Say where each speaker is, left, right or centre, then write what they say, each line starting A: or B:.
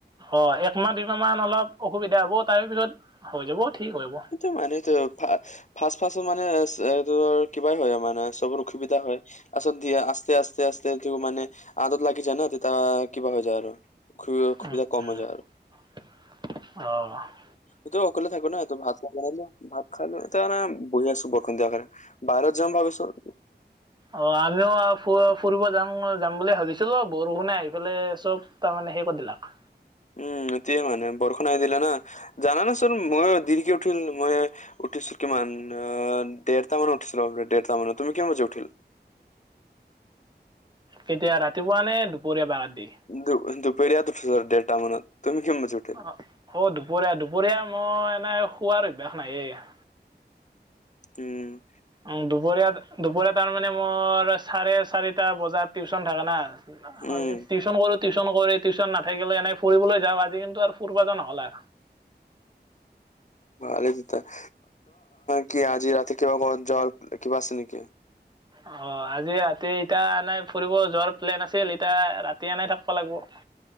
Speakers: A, on the right; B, on the left.
A: অ' একমাহ দুইমাহ মান অলপ অসুবিধা হ'ব, তাৰে পিছত হৈ যাব ঠিক হৈ যাব!
B: টো মানেটো ফা ফাচ ফাচও মানে এইটো কিবাই হয় মানে চবৰ অসুবিধা হয়! আচত দিয়া আস্তে আস্তে আস্তে দিও মানে আদত লাগি যায় ন তিতা কিবা হৈ যায় আৰু অসু-
A: উম,
B: অসুবিধা কম হৈ যায় আৰু।
A: উম অ'
B: এতিও অকলে থাকো না ত ভাত বনালো ভাত খালো এতিয়া মানে বহি আছো বৰষুণ দিয়াৰ কাৰণে বাহিৰত যাম ভাবিছো
A: অ আমিও ফু ফুৰিব যাম যাম বুলি ভাবিছিলো বৰষুণে আহি পেলে চব ত মানে হেই কৰি দিলাক
B: উম, এতিয়া মানে বৰষুণ আহি দিলে না জানানা চোন মই দেৰিকে উঠোং মই উঠিছো কিমান দেৰটা মানত উঠিছিলো দেৰটা মানত তুমি কিমান বজাত উঠিলা
A: কেতিয়া ৰাতিপুৱা নে দুপৰীয়া বা ৰাতি
B: দু দুপৰীয়া উটো ঢেৰটা মানত তুমি কিম বজাত
A: অ অ দুপৰীয়া দুপৰীয়া মই এনে শোৱাৰ অভ্যাস নাইয়ে
B: উম
A: উম দুপৰীয়া- দুপৰীয়া তাৰমানে মোৰ চাৰে চাৰিটা বজাত টিউচন থাকে না
B: উম
A: হয় টিউচন কৰো টিউচন কৰি টিউচন নাথাকিলে এনে ফুৰিবলৈ যাওঁ আজি কিন্তু আৰু ফুৰ্বা যোৱা নহ'লে।
B: ভালেই <unintelligible> কি আজি ৰাতি কিবা ক'ৰবাত যোৱাৰ কিবা আছে নেকি?
A: অ', আজি ৰাতি এতিয়া এনেই ফুৰিব যোৱাৰ প্লেন আছিল, এতিয়া ৰাতি আনেই থাকিব লাগিব।